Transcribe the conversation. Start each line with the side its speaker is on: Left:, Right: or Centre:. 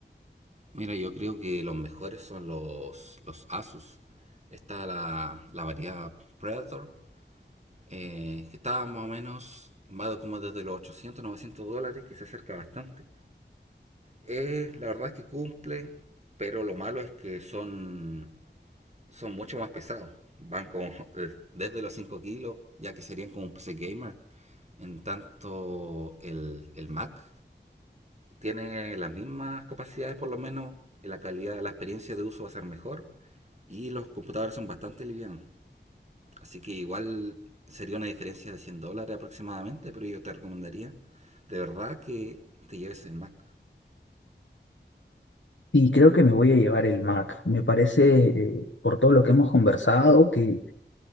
Right: Mira, yo creo que los mejores son los, los Asus. Está la, la variedad Predator, eh, que está más o menos, va como desde los 800 900 dólares, que se acerca bastante. Eh, la verdad es que cumple, pero lo malo es que son, son mucho más pesados. Van como <laughs> eh, desde los 5 kilos, ya que serían como un PC gamer, En tanto, el, el Mac tiene las mismas capacidades, por lo menos la calidad, la experiencia de uso va a ser mejor y los computadores son bastante livianos. Así que igual sería una diferencia de 100 dólares aproximadamente, pero yo te recomendaría de verdad que te lleves el Mac.
Left: Y creo que me voy a llevar el Mac. Me parece, eh, por todo lo que hemos conversado, que